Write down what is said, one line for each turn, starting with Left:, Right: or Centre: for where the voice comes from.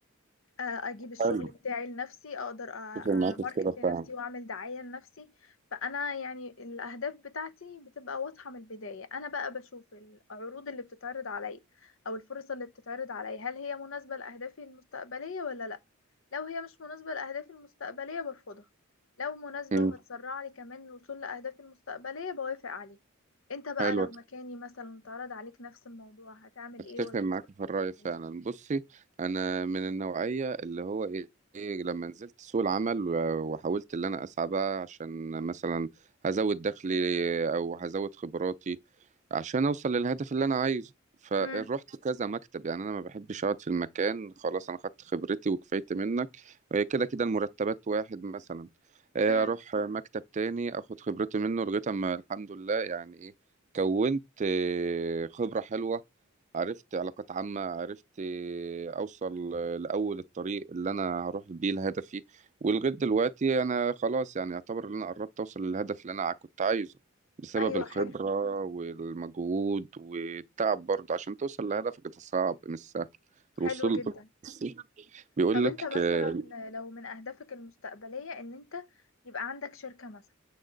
Left: آه، اجيب الشغل
Right: حلو
Left: بتاعي لنفسي اقدر
Right: اتفق معاك
Left: ماركت
Right: في كده
Left: لنفسي
Right: فعلا
Left: واعمل دعاية لنفسي فانا يعني الاهداف بتاعتي بتبقى واضحة من البداية انا بقى بشوف العروض اللي بتتعرض عليا او الفرص اللي بتتعرض عليا هل هي مناسبة لاهدافي المستقبلية ولا لا لو هي مش مناسبة لاهدافي المستقبلية برفضها لو مناسبة
Right: امم
Left: وهتسرع لي كمان الوصول لاهدافي المستقبلية بوافق عليها انت بقى
Right: حلو
Left: لو مكاني مثلا اتعرض عليك نفس الموضوع هتعمل
Right: اتفق
Left: ايه ولا
Right: معاك
Left: هتفكر
Right: في الرأي فعلا
Left: إيه؟
Right: بصي انا من النوعية اللي هو ايه إيه لما نزلت سوق العمل و- وحاولت اللي انا اسعى بقى عشان مثلا هزود دخلي او هزود خبراتي عشان اوصل للهدف اللي انا عايزه فروحت
Left: امم
Right: كذا مكتب يعني انا ما بحبش اقعد في المكان خلاص انا خدت خبرتي وكفايت منك آه، كده كده المرتبات واحد مثلا آه،
Left: امم
Right: اروح مكتب تاني اخد خبرتي منه لغايه اما الحمد لله يعني ايه كونت آه، خبره حلوه عرفت علاقات عامة عرفت أوصل لأول الطريق اللي أنا هروح بيه لهدفي ولغاية دلوقتي أنا خلاص يعني يعتبر إن أنا قربت أوصل للهدف اللي أنا كنت عايزه بسبب
Left: ايوه
Right: الخبرة
Left: حلو
Right: والمجهود والتعب برضه عشان توصل لهدفك ده صعب مش سهل الوصول
Left: حلو جدا
Right: بس بيقول
Left: طب انت
Right: لك
Left: مثلا
Right: ك-
Left: لو من اهدافك المستقبلية ان انت يبقى عندك شركة مثلا